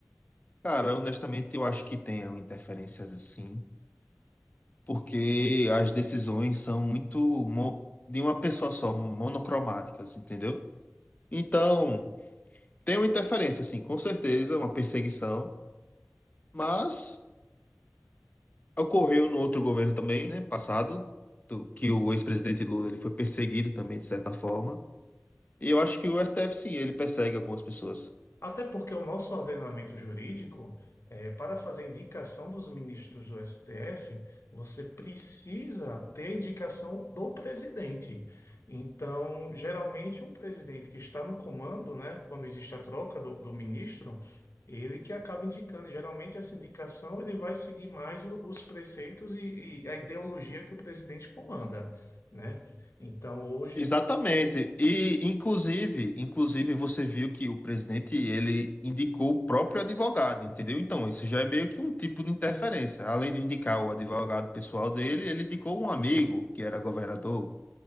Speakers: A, on the left; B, on the left.
A: Cara, honestamente, eu acho que tem interferências assim, porque as decisões são muito mo- de uma pessoa só, monocromáticas, entendeu? Então, tem uma interferência, assim, com certeza, uma perseguição, mas ocorreu no outro governo também, né, passado, do, que o ex-presidente Lula ele foi perseguido também, de certa forma. E eu acho que o STF sim, ele persegue algumas pessoas.
B: Até porque o nosso ordenamento jurídico, eh, para fazer indicação dos ministros do STF, você precisa ter a indicação do presidente. Então, geralmente, o presidente que está no comando, né, quando existe a troca do, do ministro, ele que acaba indicando. Geralmente, essa indicação ele vai seguir mais o- os preceitos e, e a ideologia que o presidente comanda, né? Então, hoje.
A: Exatamente. E inclusive, inclusive você viu que o presidente ele indicou o próprio advogado, entendeu? Então, isso já é meio que um tipo de interferência. Além de indicar o advogado pessoal dele, ele indicou um amigo que era governador.